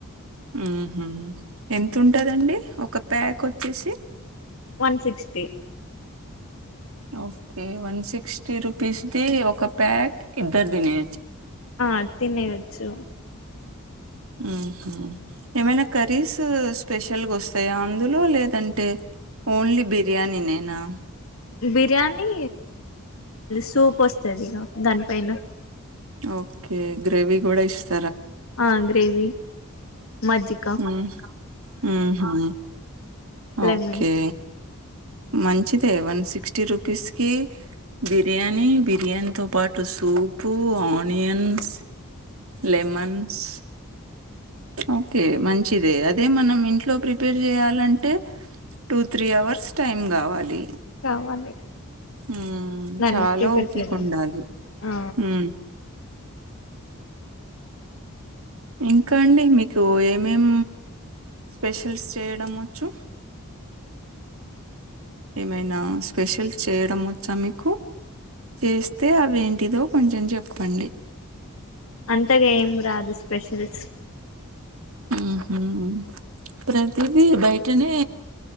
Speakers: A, on the right; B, on the left.
A: ఆహ ఎంత ఉంటదండి ఒక ప్యాక్ వచ్చేసి
B: one sixty
A: okay one sixty రూపీస్దిి ఒక ప్యాక్ ఇద్దరు తినేు
B: ఆ తన్నేయాచ్చు
A: ఉమ్ హ్మ్మ్ ఏమైనా కర్రీస్ స్పెషల్గా వస్తాయా అందులో లేదంటే ఓన్లీ బిర్యానీ నేనా
B: బిర్యానీ సూప్ వస్తుంది ఇక దానిపైైన
A: ఓకే గ్రేవి కూడా ఇస్త
B: ఆ గ్రేవి మజ్జి
A: ఉ ఉహు
B: లెమన్
A: ఓకే మంచిదే వన్ సిక్స్టీ రూపీస్ కి బిర్యానీ బిర్యానీ తో పాటు సూపు ఆనియన్స్ లెమన్స్ ఓకే మంచిదే అదే మనం ఇంట్లో ప్రిపేర్ చేయాలంటే టూ త్రీ అవర్స్ టైం కావాలి
B: కావాలి
A: హు
B: దాన్ని
A: చాలా
B: ప్రిపేర్
A: ఓపిక
B: చేయడం
A: ఉండాలి
B: ఆ
A: హు ఇంకా అండి మీకు ఏమేం స్పెషల్స్ చేయడం వచ్చు ఏమైనా స్పెషల్స్ చేయడం వచ్చా మీకు చేస్తే అవి ఏంటిదో కొంచెం చెప్పండి
B: అంతగా ఏం రాదు స్పెషల్స్
A: ఉహు ప్రతిదీ బయటనే